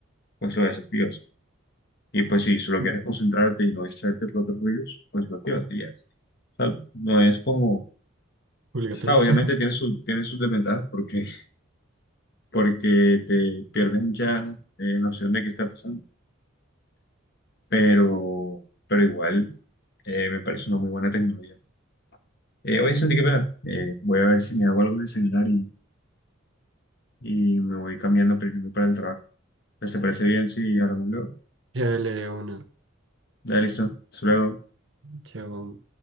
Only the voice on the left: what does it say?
pues lo desactivas. Y pues si solo quieres
concentrarte y no distraerte por otros ruidos, pues lo activas y ya. O sea, no es como, o
sea, obviamente
tiene sus, tiene sus desventajas porque porque te pierdes mucha eh, noción de qué está pasando. Pero, pero igual eh, me parece una muy buena tecnología. Eh, oye, Santi, qué pena. Eh, voy a ver si me hago algo de celular y, y me voy cambiando primero para el trabajo. Entonces, ¿te parece bien si hablamos luego?
Dale, listo. Hasta luego.